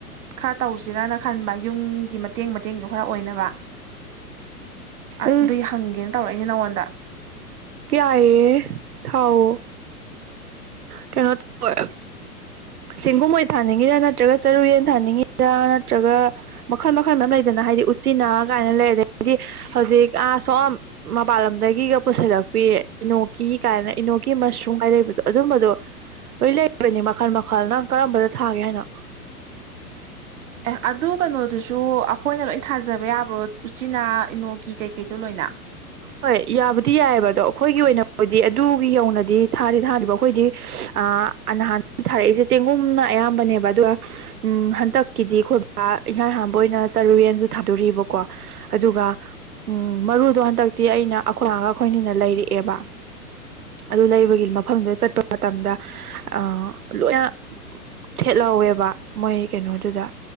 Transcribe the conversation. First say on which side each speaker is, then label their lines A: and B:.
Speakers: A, on the right; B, on the right.
A: ꯈꯔ ꯇꯧꯁꯤꯔꯅ ꯈꯟꯕ ꯌꯨꯝꯒꯤ ꯃꯇꯦꯡ ꯃꯇꯦꯡꯁꯨ ꯈꯔ ꯑꯣꯏꯅꯕ ꯑꯗꯨꯏ
B: ꯎꯝ
A: ꯍꯪꯒꯦꯅ ꯇꯧꯔꯛꯏꯅꯦ ꯅꯉꯣꯟꯗ
B: ꯌꯥꯏꯌꯦ ꯊꯥꯎꯑꯣ ꯀꯩꯅꯣ ꯇꯧ ꯕ ꯁꯤꯡꯒꯨꯑꯣꯏ ꯊꯥꯅꯤꯡꯉꯤꯔ ꯅꯠꯇ꯭ꯔꯒ ꯆꯔꯨꯌꯦꯟ ꯊꯥꯅꯤꯡꯉꯤꯔ ꯅꯠꯇ꯭ꯔꯒ ꯃꯈꯜ ꯃꯈꯜ ꯃꯌꯥꯝ ꯂꯩꯗꯅ ꯍꯥꯏꯗꯤ ꯎꯆꯤꯟꯅ ꯀꯥꯏꯅ ꯂꯩ ꯑꯗꯨꯗꯒꯤ ꯍꯧꯖꯤꯛ ꯑꯥ ꯁꯣꯝ ꯃꯄꯥꯟꯂꯝꯗꯒꯤꯒ ꯄꯨꯁꯤꯜꯂꯛꯄꯤ ꯏꯅꯣꯛꯀꯤ ꯀꯥꯏꯅ ꯏꯅꯣꯛꯀꯤ ꯃꯁꯔꯨꯝꯒꯥꯏ ꯂꯩꯕꯗꯨ ꯑꯗꯨꯒꯨꯕꯗꯣ ꯂꯣꯏ ꯂꯩꯕꯅꯤ ꯃꯈꯜ ꯃꯈꯜ ꯅꯪ ꯀꯔꯝꯕꯗ ꯊꯥꯒꯦ ꯍꯥꯏꯅꫭ
A: ꯑꯦ ꯑꯗꯨ ꯀꯩꯅꯣꯗꯨꯁꯨ ꯑꯩꯈꯣꯏꯅ ꯂꯣꯏ ꯊꯥꯖꯕ ꯌꯥꯕ꯭ꯔꯣ ꯎꯆꯤꯅꯥ ꯏꯅꯣꯒꯤ ꯀꯩꯀꯩꯗꯣ ꯂꯣꯏꯅ
B: ꯍꯣꯏ ꯌꯥꯕꯗꯤ ꯌꯥꯏꯑꯦꯕ ꯑꯗꯣ ꯑꯩꯈꯣꯏꯒꯤ ꯑꯣꯏꯅꯕꯨꯗꯤ ꯑꯗꯨꯒꯤ ꯌꯧꯅꯗꯤ ꯊꯥꯗꯤ ꯊꯥꯗꯔꯤꯕ ꯑꯩꯈꯣꯏꯗꯤ ꯑ ꯅꯍꯥꯟ ꯊꯥꯔꯛꯏꯁꯦ ꯆꯦꯡꯒꯨꯝꯅ ꯑꯌꯥꯝꯕꯅꯦꯕ ꯑꯗꯨꯒ ꯎꯝ ꯍꯟꯗꯛꯀꯤꯗꯤ ꯑꯩꯈꯣꯏ ꯕꯥ ꯏꯍꯥꯟ ꯍꯥꯟꯕ ꯑꯣꯏꯅ ꯆꯔꯨ ꯌꯦꯟꯁꯨ ꯊꯥꯗꯣꫪꯤꯕꯀꯣ ꯑꯗꯨꯒ ꯎꯝ ꯃꯔꯨꯗꯣ ꯍꯟꯗꯛꯇꯤ ꯑꯩꯅ ꯑꯩꯈꫭꯏꯃꯥꯒ ꯑꯩꯈꯣꯑꯅꯤꯅ ꯂꯩꯔꯛꯑꯦꯕ ꯑꯗꯨ ꯂꯩꯕꯒꯤ ꯃꯐꯝꯗꯨꯗ ꯆꯠꯄ ꯃꯇꯝꯗ ꯑ ꯂꯣꯏꯅ ꯊꯦꯠꯂ‌ꯧꯋꯦꯕ ꯃꯣꯏ ꯀꯩꯅꯣꯗꯨꯗ